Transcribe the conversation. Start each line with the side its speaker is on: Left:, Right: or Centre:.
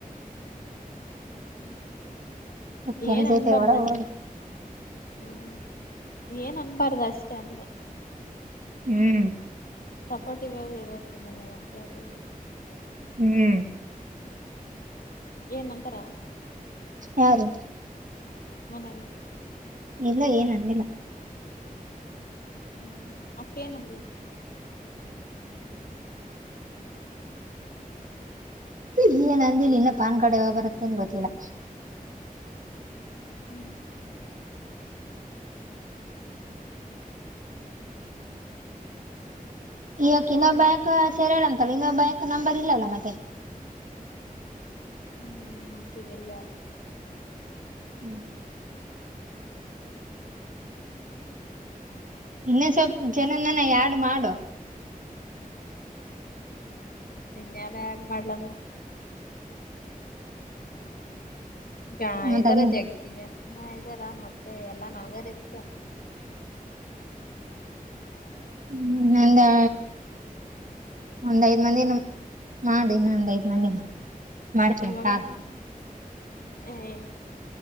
Left: <unintelligible>
Right: ಸ್ವಲ್ಪ ಕೆಲ್ಸ
Left: ಏನ್ ಅನ್ಬಾರ್ದಷ್ಟ
Right: ಐತೆ ಹೊರ ಹೋಗಿ
Left: ಹ್ಮ್. ಏನ್ ಅನ್ಬಾರ್ದ ಅಷ್ಟೇ ಅಂದೇ.
Right: ಹ್ಮ್
Left: ಸಪೋರ್ಟಿವ್ ಆಗಿರ್ಬೇಕು ಮನ್ಯಾಗ ಅಂತ ಯಾವಾಗುನೂ
Right: ಹ್ಮ್
Left: ಏನ್ಂತಾರ?
Right: ಯಾರು?
Left: ಮನೆಲೀ
Right: ಇಲ್ಲ ಏನ್ ಅಂದಿಲ್ಲ.
Left: ಹ್ಮ್ ಅಕ್ಕ ಏನಂದ್ಲ
Right: ಈಗ ಏನ್ ಅಂದಿಲ್ಲ ಇನ್ನ ಪ್ಯಾನ್ ಕಾರ್ಡ್ ಯಾವಾಗ ಬರುತ್ತೇನ್ ಗೊತ್ತಿಲ್ಲ.
Left: ಹ್ಮ್
Right: ಇಯಕ್
Left: ಅಕ್
Right: ಇನ್ನ
Left: ಹ್ಮ್
Right: ಬ್ಯಾಂಕ್ ಸೆರ್ಯಾಳ ಅಂತಲ್ಲ ಇನ್ನೊ ಬ್ಯಾಂಕ್ ನಂಬರ್ ಇಲ್ಲಾ ಅಲಾ ಮತ್ತೆ.
Left: ಹ್ಮ ಅಕಿದ್ದಿಲ್ಲ.
Right: ಹ್ಮ್ ಇನ್ನೊ ಸ್ವಲ್ ಜನಾನನ್ ಯಾಡ್ ಮಾಡು.
Left: ಇನ್ನ್ ಯಾರ್ನ್ ಯಾಡ್ ಮಾಡಲಮ್ಮ? ಜ
Right: ಮತ್ತ
Left: ಇದಾರ
Right: ಅದ
Left: ಜಗ್ಗಿ ಜ ಇದಾರ ಮತ್ತೆ ಎಲ್ಲಾ ನನ್ಗ ರಿಸ್ಕ್
Right: ಹ್ಮ್ ಹಿಂಗಾ ಒಂದ್ ಐದ್ ಮಂದಿನ ಮಾಡಿನ್ನ ಒಂದ್ ಐದ್ ಮಂದಿನ ಮಾಡ್ತೀನಿ
Left: ಇವಾಗ
Right: ಕಾಲ್
Left: ಹೆಂಗ್ ಏ